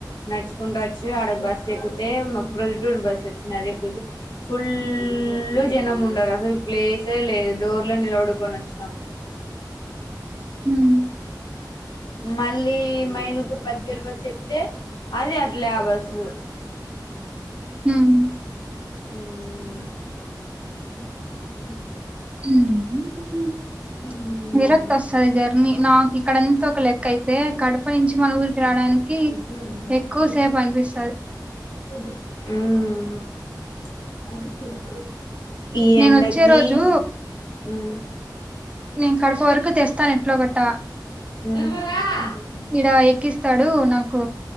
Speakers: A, on the left (about 80°); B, on the right (about 15°).
A: నచ్చుకుంట వచ్చి అడ బస్సేక్కుతే మ మొగల్తూరు బస్ వచ్చింది అది ఎక్కుతే ఫుల్ జనం ఉండారు అసలు ప్లేసే లేదు డోర్ లో నిలబడుకొని వచ్చినాం
B: హ్మ్
A: మళ్ళీ మైదుగురు బద్వేలు బస్ ఎక్కుతే అది అట్లే ఆ బస్సు స్
B: హ్మ్
A: ఆ
B: <inaudible>
A: ఉమ్
B: విరక్తి వస్తది జర్నీ నాకు ఇక్కడంతా ఒక లెక్క అయితే కడప నుంచి మన ఊరికి రావడానికి
A: చెద్ద
B: ఎక్కువ
A: గ
B: సేపు అనిపిస్తది
A: <unintelligible> ఉం ఈ
B: నేను
A: ఎండకి
B: వచ్చే రోజు
A: ఉం
B: నేను కడప వరకు తెస్తాను ఎట్లో కట్ట
A: ఉమ్ ఉమ్
B: ఇడ ఎక్కిస్తాడు నాకు